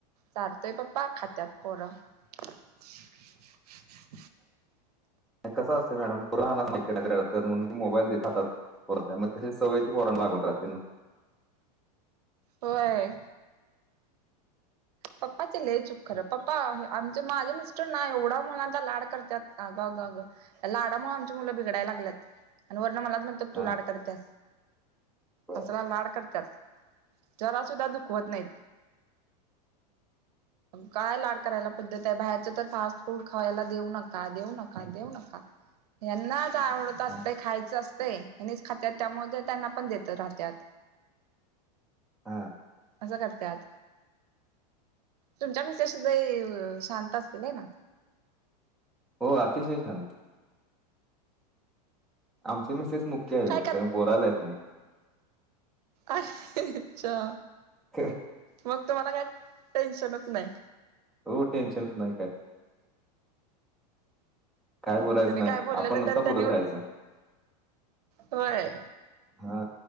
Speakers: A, on the right (about 65°); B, in the centre.
A: चाढतोय पप्पा खात्यात पोरं. <inaudible>
B: कस असते मॅडम पुराण असतात मोबाईल देत्यातत. फोरच्याग तसे सवय ते पोरण लागून राहते ना.
A: होय. पप्पाचे लय चुक खर पप्पा आमचे माझे मिस्टर ना एवढा मुलांचा लाड करतात अगं गगं. लाडामुळे आमचे मुलं बिघडाय लागत आणि वर्ण मलाच म्हणतात
B: हा
A: तू लाड करतया.
B: बर.
A: असला लाड करतात जरा सुद्धा दुःख होत नाहीत. काय लाड करायला पद्धत आहे बाहेरच तर फास्ट फूड खावायला देऊ नका, देऊ नका, देऊ नका. यांनाच आवडत असते
B: हा
A: खायचं असते हेंनीच खात्याात त्यामुळे त्यांना पण देत राहत्यात.
B: हा.
A: असं करत्यात. तुमच्या मीसेस सुद्धा शांत असतील आहे ना.
B: हो अतिशय शांत. आमचे मीसेस मुख्य आहे
A: काय कर
B: त्या बोरायला येत नाही.
A: अ अच्छा!
B: के
A: मग तुम्हाला काही टेन्शनच नाही.
B: हो टेन्शनच नाही काय. काय बोलायचं
A: तुम्ही
B: नाही
A: काय बोललेलं
B: आपण नुसता
A: तर
B: बोलत
A: त्यांनी
B: राहायचं
A: होय.
B: हा